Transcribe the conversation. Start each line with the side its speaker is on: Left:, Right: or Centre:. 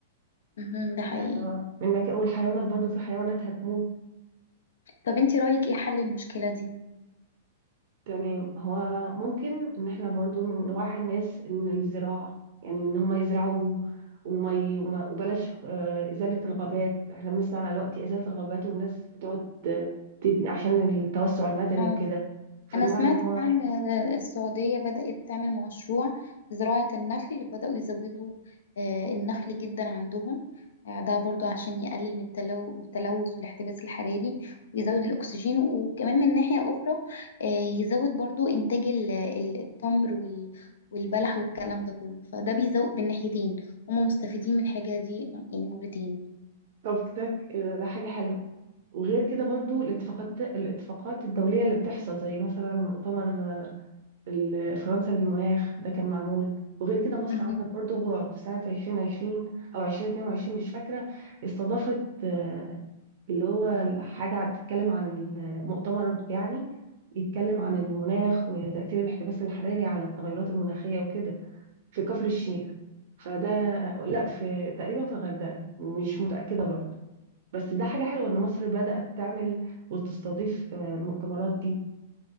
Left: مهم. ده حقيقي
Right: ده اللي هو من مكان والحيوانات برضو في حيوانات هتموت
Left: طب انتي رأيك ايه حل المشكلة دي؟
Right: تمام هو ممكن ان احنا برضو نوعي الناس ان الزراعة يعني ان هم يزرعوا وما ي... وما... وبلاش آه، إزالة الغابات احنا بنسمع دلوقتي إزالة الغابات والناس بتقعد آه، تبني عشان التوسع المدني
Left: آه.
Right: وكده فنوعي
Left: أنا سمعت
Right: ان هو
Left: عن السعودية بدأت تعمل مشروع زراعة النخل بدأوا يزودوا آه، النخل جدا عندهم آه، ده برضو عشان يقلل من التلو- من التلوث والاحتباس الحراري ويزود الأكسجين وكمان من ناحية أخرى آه، يزود برضو إنتاج ال- ال- التمر وال- والبلح والكلام ده كله فده بيزود بالناحيتين هم مستفيدين من الحاجة دي يعني مرتين
Right: طب ده ك- ده حاجة حلوة وغير كده برضو الاتفاقات الاتفاقات الدولية اللي بتحصل زي مثلا مؤتمر ال- فرنسا للمناخ ده كان معمول وغير كده مصر
Left: <laughs>
Right: عملت برضه غوع في سنة 2020 أو 2022 مش فاكرة استضافت آه، اللي هو حاجة بتتكلم عن المؤتمر يعني يتكلم عن المناخ وتأثير الاحتباس الحراري على التغيرات المناخية وكده في كفر الشيخ فده لا في تقريبا في الغردقة مش متأكدة برضه بس ده حاجة حلوة إن مصر بدأت تعمل وتستضيف آه، المؤتمرات دي